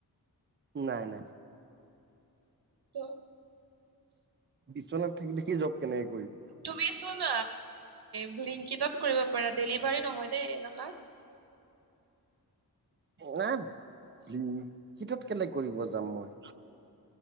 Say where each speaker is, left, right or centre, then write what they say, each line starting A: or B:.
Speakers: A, on the right (about 30°); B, on the right (about 85°).
A: নাই নাই
B: তো
A: বিছনাত থাকি থাকি জক কেনেক
B: তুমি ছোঁন ব্লিলিংকিতত কৰিব পাৰা ডেলিভাৰী নহয় দেই এনেকুৱা <inaudible>
A: নাই হিটোত কেলে কৰিব যাম মই